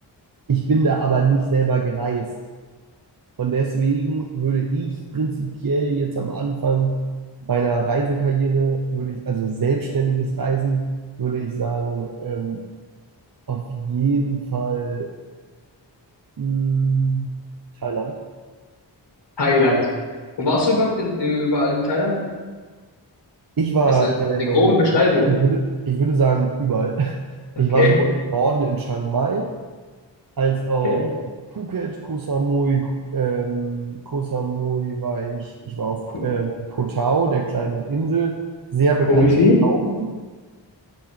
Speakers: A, on the right; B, on the left.
A: Ich bin da aber nicht selber gereist. Und deswegen würde ich prinzipiell jetzt am Anfang meiner Reisekarriere, würde ich, also selbstständiges Reisen, würde ich sagen, ähm, auf jeden Fall mh, Thailand.
B: Thailand. Wo warst du überhaupt in, überall in Thailand?
A: Ich war,
B: Also
A: ähm,
B: eine grobe Beschreibung.
A: boah, ich würde, ich würde sagen, überall. <laughs>
B: Okay,
A: Ich war sowohl im Norden in Chiang Mai, als auch
B: okay.
A: auf Phuket, Koh Samui, ähm, Koh Samui war ich, ich war auf
B: Ko-
A: ähm, Koh Tao, der kleinen Insel, sehr bekannt
B: Kofi-Fi?
A: fürs Tauchen,